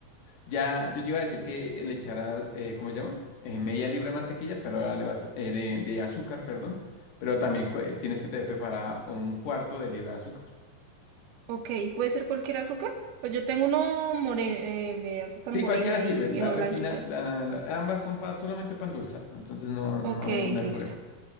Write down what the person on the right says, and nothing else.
Ok, ¿puede ser cualquier azúcar? Pues yo tengo uno moreno, el de azúcar
morena
y,
y uno
blanquito.
Ok,
listo.